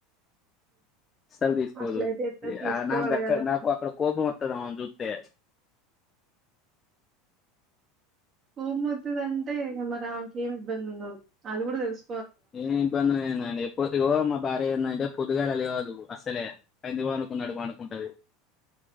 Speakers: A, on the left; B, on the right.
A: అస్సలు తీసుకోదు
B: అట్లయితే ఎట్లా తీసుకోవాలి
A: ఆ నాకు గాక్కడ
B: కదా
A: నాకు అక్కడ కోపం వత్తది ఆమని చూస్తే
B: కోపం వత్తిది అంటే మరి ఆమెకు ఏం ఇబ్బంది ఉందో అది కూడా తెలుసు
A: ఏ ఇప్పందిందండి ఎప్పు ఇగో మా భార్య ఎందంటే పొద్దుగాల లేవదు అసలే పంది వండుకున్నట్టు వండుకుంటాది